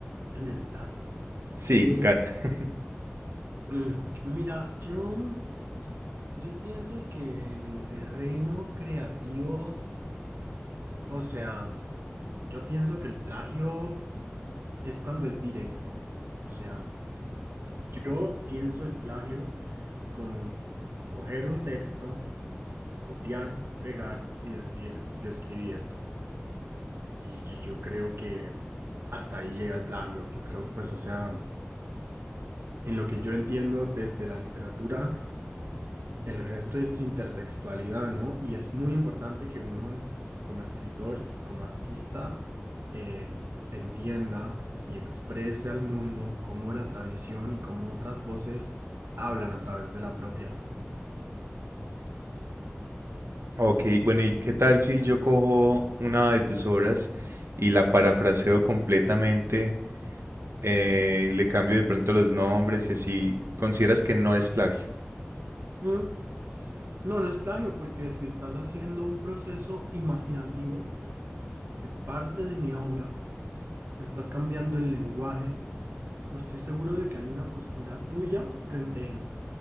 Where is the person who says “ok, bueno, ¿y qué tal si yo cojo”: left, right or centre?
Right